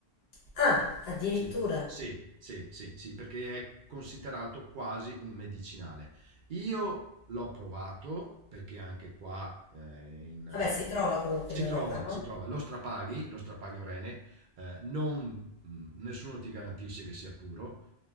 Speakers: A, on the left; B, on the right.
A: Ah, addirittura.
B: Sì, sì, sì, sì, sì, perché è considerato quasi un medicinale. Io l'ho provato perché anche qua eh, in-
A: Vabbè, si trova comunque
B: si
A: in Europa,
B: trova,
A: no?
B: si trova, lo strapaghi, lo strapaghi un rene, eh, non- mh, nessuno ti garantisce che sia puro